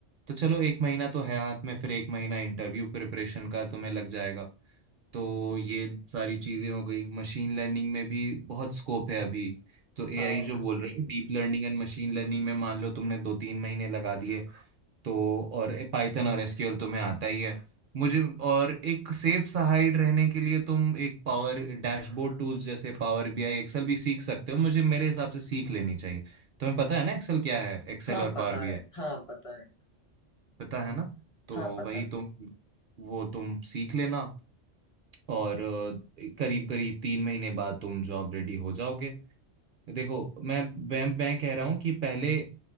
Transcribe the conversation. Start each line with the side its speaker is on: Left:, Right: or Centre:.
Right: तो चलो एक महीना तो है हाथ में फिर एक महीना इंटरव्यू प्रिपरेशन का तुम्हें लग जाएगा तो ये सारी चीज़ें हो गई मशीन लर्निंग में भी बहुत स्कोप है अभी तो एआई
Left: हाँ
Right: जो बोल रहे हैं deep learning and machine learning में मान लो तुमने दो तीन महीने लगा दिए तो और पाइथन और एसक्यूएल तुम्हें आता ही है मुझे और एक सेफ साइड रहने के लिए तुम एक पावर डैशबोर्ड टूल्स जैसे पावर बीआई एक्सेल भी सीख सकते हो मुझे मेरे हिसाब से सीख लेनी चाहिए तुम्हें पता है ना एक्सेल क्या है एक्सेल
Left: हाँ
Right: और
Left: पता
Right: पावर
Left: है
Right: बीआई
Left: हाँ पता है
Right: पता है ना तो
Left: हाँ पता
Right: वही
Left: है
Right: तुम वो तुम सीख लेना और करीब करीब तीन महीने बाद तुम जॉब रेडी हो जाओगे देखो मैं मैं मैं कह रहा हूं कि पहले